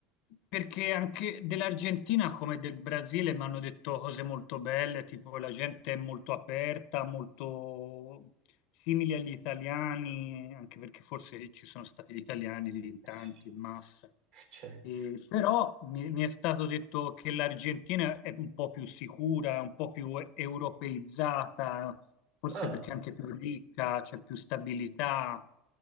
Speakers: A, on the left (about 65°); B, on the right (about 70°).
A: perché anche dell'Argentina come del Brasile mi hanno detto cose molto belle, tipo la gente è molto aperta, molto simile agli italiani, anche perché forse ci sono stati gli italiani lì in
B: Eh
A: tanti,
B: sì.
A: in massa.
B: Cioè,
A: E- però mi, mi è stato detto che l'Argentina è un po' più sicura, è un po' più europeizzata, forse
B: ah.
A: perché è anche più ricca, c'è più stabilità.